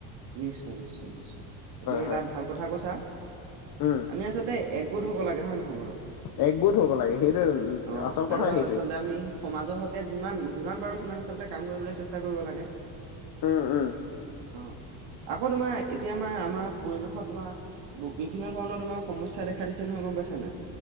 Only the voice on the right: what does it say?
নিশ্চয় নিশ্চয় নিশ্চয়, তুমি এটা
ভাল কথা কৈছা।
আমি আচ লতে এক গোট হব লাগে হয় নহয় বাৰু,
অ
আৰু
আচলতে আমি সমাজৰ হকে যিমান যিমান পাৰো সিমান, আচলতে কাম কৰিবলৈ চেষ্টা কৰিব লাগে।
অ, আকৌ তোমাৰ এতিয়া আমাৰ আমাৰ পৰিৱেশত তোমাৰ, বিভিন্ন ধৰণৰ তোমাৰ সমস্যা দেখা দিছে নহয় গম পাইছা নাই?